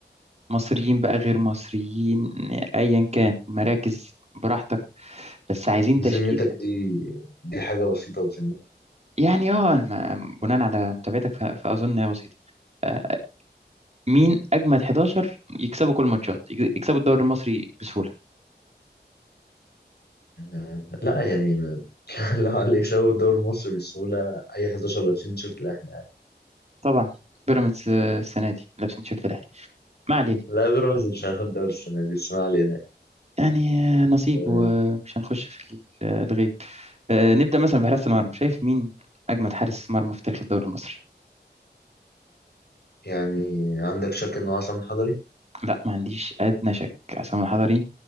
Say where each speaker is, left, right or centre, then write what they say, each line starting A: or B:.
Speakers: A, on the right (about 40°); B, on the left (about 65°).
A: مصريين بقى غير مصريين ايا كان مراكز براحتك بس عايزين
B: ذمتك
A: تشكيل
B: دي دي حاجه بسيطه بذمتك
A: يعني اه ما- بناء على متابعتك ف- فاظن هي بسيطه آه، مين اجمد 11 يكسبوا كل الماتشات يكسبوا الدوري المصري بسهوله
B: آه، لا يعني ما- <laughs> لو على اللي يكسبوا الدوري المصري بسهوله اي 11 لابسين تيشيرت الاهلي
A: طبعا بيراميدز آه، السنه دي لابسين شيرت الاهلي ما علينا
B: لا بيراميدز مش هياخد الدوري السنه دي بس ما علينا
A: يعني آه، نصيب
B: آه،
A: ومش هنخش في ال- آه، الغيب آه، نبدا مثلا بحراسه المرمى شايف مين اجمد حارس مرمى في تاريخ الدوري المصري
B: يعني عندك شك انه عصام حضري
A: لا ما عنديش ادنى شك عصام الحضري